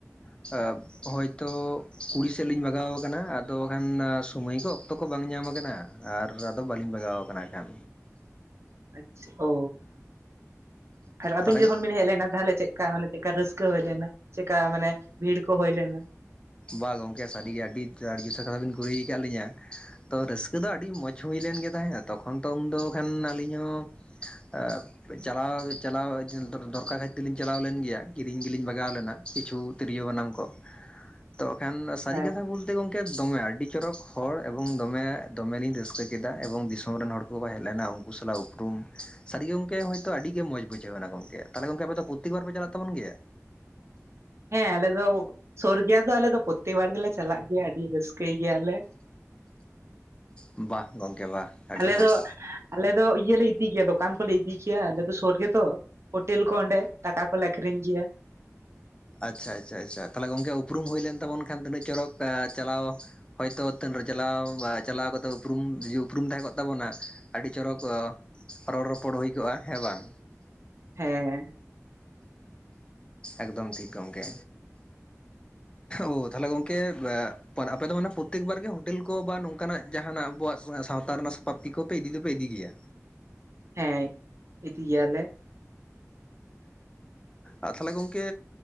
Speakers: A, on the left (about 20°); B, on the right (about 55°).
A: <unintelligible> ᱦᱳᱭᱛᱚ ᱠᱩᱲᱤ ᱥᱮᱫ ᱞᱤᱧ ᱵᱟᱜᱟᱣ ᱠᱟᱱᱟ, ᱟᱫᱚ ᱵᱟ ᱠᱷᱟᱱ ᱥᱚᱢᱚᱭ ᱠᱚ ᱚᱠᱛᱚ ᱠᱚ ᱵᱟᱝ ᱧᱟᱢ ᱠᱟᱱᱟ᱾ ᱟᱨ ᱟᱫᱚ ᱵᱟᱹᱞᱤᱧ ᱵᱟᱜᱟᱣ ᱟᱠᱟᱱᱟ ᱮᱠᱟᱞ᱾
B: ᱟᱪᱪᱷᱟ ᱚ, ᱟᱫᱚ ᱟᱹᱵᱤᱱ
A: ᱛᱟᱦᱚᱞᱮ
B: ᱡᱚᱠᱷᱚᱱ ᱵᱤᱱ ᱦᱮᱡ ᱞᱮᱱᱟ ᱛᱟᱦᱞᱮ ᱪᱮᱜ? ᱪᱮᱠᱟ ᱢᱟᱱᱮ, ᱪᱮᱜᱠᱟ ᱨᱟᱹᱥᱠᱟᱹ ᱦᱩᱭ ᱞᱮᱱᱟ, ᱪᱮᱜᱠᱟ ᱢᱟᱱᱮ ᱵᱷᱤᱲ ᱠᱚ ᱦᱩᱭ ᱞᱮᱱᱟ?
A: ᱵᱟ, ᱜᱚᱝᱠᱮ ᱥᱟᱹᱨᱤᱜᱮ ᱟᱹᱰᱤ, ᱟᱹᱰᱤ ᱠᱟᱛᱷᱟ ᱵᱤᱱ ᱠᱩᱞᱤᱭ ᱟᱠᱟᱫ ᱞᱤᱧᱟᱹ᱾ ᱛᱚ ᱨᱟᱹᱥᱠᱟᱹ ᱫᱚ ᱟᱹᱰᱤ ᱢᱚᱸᱡᱽ ᱦᱩᱭ ᱞᱮᱱ ᱜᱮ ᱛᱟᱦᱮᱸᱫ, ᱛᱚᱠᱷᱚᱱ ᱛᱚ ᱩᱱ ᱫᱚ ᱠᱷᱟᱱ ᱟᱹᱞᱤᱧ ᱦᱚᱸ ᱟᱨ ᱪᱟᱞᱟᱣ, ᱪᱟᱞᱟᱣ ᱫᱚᱨᱠᱟᱨ ᱠᱷᱟᱹᱛᱤᱨ ᱛᱮᱞᱤᱧ ᱪᱟᱞᱟᱣ ᱞᱮᱱ ᱜᱮᱭᱟ, ᱠᱤᱨᱤᱧ ᱜᱮᱞᱤᱧ ᱵᱟᱜᱟᱣ ᱞᱮᱱᱟ, ᱠᱤᱪᱷᱩ ᱛᱤᱨᱤᱭᱳ ᱵᱟᱱᱟᱢ ᱠᱚ᱾ ᱛᱚ, ᱠᱷᱟᱱ ᱥᱟᱹᱨᱤ
B: ᱦᱮᱸ
A: ᱠᱟᱛᱷᱟ ᱵᱚᱞ ᱜᱚᱝᱠᱮ ᱫᱚᱢᱮ ᱟᱹᱰᱤ ᱪᱚᱨᱚᱠ ᱦᱚᱲ ᱮᱵᱚᱝ ᱫᱚᱢᱮ, ᱫᱚᱢᱮ ᱞᱤᱧ ᱨᱟᱹᱥᱠᱟᱹ ᱠᱮᱫᱟ, ᱮᱵᱚᱝ ᱫᱤᱥᱚᱢ ᱨᱮᱱ ᱦᱚᱲ ᱩᱝᱠᱩ ᱠᱚ ᱦᱮᱡ ᱞᱮᱱᱟ, ᱩᱝᱠᱩ ᱥᱟᱞᱟᱜ ᱩᱯᱨᱩᱢ ᱥᱟᱹᱨᱤᱜᱮ ᱜᱚᱝᱠᱮ ᱦᱚᱭᱛᱚ ᱟᱹᱰᱤ ᱜᱮ ᱢᱚᱸᱡᱽ ᱵᱩᱡᱷᱟᱹᱣᱱᱟ ᱜᱚᱝᱠᱮ᱾ ᱛᱟᱦᱞᱮ ᱜᱚᱝᱠᱮ ᱟᱯᱮ ᱫᱚ ᱯᱨᱚᱛᱛᱮᱠ ᱵᱟᱨᱯᱮ ᱪᱟᱞᱟᱜ ᱛᱟᱵᱚᱱ ᱜᱮᱭᱟ?
B: ᱦᱮᱸ ᱟᱞᱮ ᱫᱚ, ᱥᱳᱨ ᱜᱮᱭᱟ ᱫᱚ ᱟᱞᱮ ᱫᱚ ᱯᱨᱚᱛᱤ ᱵᱟᱨ ᱜᱮᱞᱮ ᱪᱟᱞᱟᱜ ᱜᱮᱭᱟ ᱟᱹᱰᱤ ᱨᱟᱹᱥᱠᱟᱹᱭ ᱜᱮᱭᱟᱞᱮ᱾
A: ᱵᱟᱦ ᱜᱚᱝᱠᱮ ᱵᱟᱦ᱾ ᱟᱹᱰᱤ
B: ᱟᱞᱮ
A: ᱢᱚᱸᱡᱽ
B: ᱫᱚ, ᱟᱞᱮ ᱫᱚ ᱤᱭᱟᱹᱞᱮ ᱤᱫᱤ ᱜᱮᱭᱟ ᱫᱚᱠᱟᱱ ᱠᱚᱞᱮ ᱤᱫᱤ ᱜᱮᱭᱟ ᱟᱞᱮ ᱫᱚ ᱥᱩᱨ ᱜᱮᱫᱚ᱾ ᱦᱳᱴᱮᱞ ᱠᱚ ᱚᱸᱰᱮ ᱫᱟᱠᱟ ᱠᱚᱞᱮ ᱟᱠᱷᱨᱤᱧ ᱜᱮᱭᱟ᱾
A: ᱟᱪᱪᱷᱟ, ᱟᱪᱪᱷᱟ, ᱟᱪᱪᱷᱟ, ᱛᱟᱦᱞᱮ ᱜᱚᱝᱠᱮ ᱩᱯᱨᱩᱢ ᱦᱩᱭ ᱞᱮᱱ ᱛᱵᱚᱱ ᱠᱷᱟᱱ ᱛᱤᱱᱟᱹᱜ ᱪᱚᱨᱚᱠ ᱪᱟᱞᱟᱣ ᱦᱚᱭᱛᱳ ᱛᱟᱹᱱ ᱨᱮ ᱪᱟᱞᱟᱣ ᱵᱟ ᱪᱟᱞᱟᱣ ᱠᱟᱛᱮᱫ ᱩᱯᱨᱩᱢ ᱩᱯᱨᱩᱢ ᱛᱟᱦᱮᱸ ᱠᱚᱜ ᱛᱟᱵᱚᱱᱟ ᱟᱹᱰᱤ ᱪᱚᱨᱚᱠ ᱨᱚᱲ ᱨᱚᱯᱚᱲ ᱦᱩᱭ ᱠᱚᱜ-ᱟ ᱦᱮᱸ ᱵᱟᱝ?
B: ᱦᱮᱸ᱾
A: ᱮᱠᱫᱚᱢ ᱴᱷᱤᱠ ᱜᱚᱝᱠᱮ᱾
B: <inaudible>
A: ᱳᱻ ᱛᱟᱦᱞᱮ ᱜᱚᱝᱠᱮ ᱢᱟᱱᱮ ᱟᱯᱮ ᱫᱚ ᱢᱟᱱᱮ ᱯᱨᱚᱛᱮᱠ ᱵᱟᱨ ᱜᱮ ᱦᱳᱴᱮᱞ ᱠᱚ ᱵᱟ ᱱᱚᱝᱠᱟᱱᱟᱜ ᱡᱟᱦᱟᱱᱟᱜ ᱟᱵᱚᱣᱟᱜ ᱥᱟᱶ ᱛᱟᱨ ᱨᱮᱱᱟᱜ ᱥᱟᱯᱟᱯ ᱛᱤ ᱠᱚᱯᱮ ᱤᱫᱤ ᱫᱚᱯᱮ ᱤᱫᱤ ᱜᱮᱭᱟ?
B: ᱦᱮᱸ, ᱤᱫᱤ ᱜᱮᱭᱟᱞᱮ᱾
A: ᱟᱨ ᱛᱟᱦᱞᱮ ᱜᱚᱝᱠᱮ